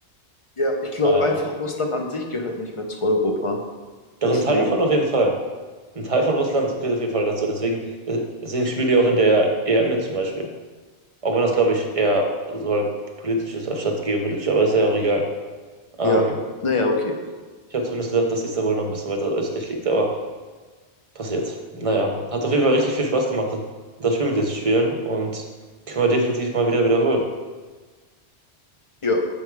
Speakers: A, on the left (about 35°); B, on the right (about 35°).
A: ja, ich glaube
B: Ah ja.
A: einfach, Russland an sich gehört nicht mehr zu Europa.
B: Doch
A: Deswegen,
B: ein Teil davon auf jeden Fall. Ein Teil von Russland gehört auf jeden Fall dazu. Deswegen, äh, deswegen spielen die auch in der EM mit zum Beispiel. Auch wenn das, glaube ich, eher so halt politisch ist, anstatt geopolitisch. Aber ist ja auch egal. Ähm,
A: ja, naja, okay.
B: ich habe zumindest gedacht, dass Istanbul noch ein bisschen weiter östlich liegt. Aber passiert. Naja, hat auf jeden Fall richtig viel Spaß gemacht, das Spiel mit dir zu spielen und können wir definitiv mal wieder wiederholen.
A: Ja,